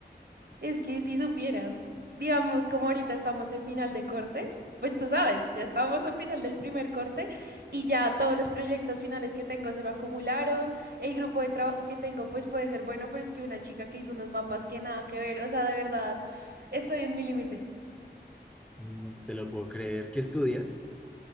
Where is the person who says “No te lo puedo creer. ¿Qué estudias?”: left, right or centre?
Centre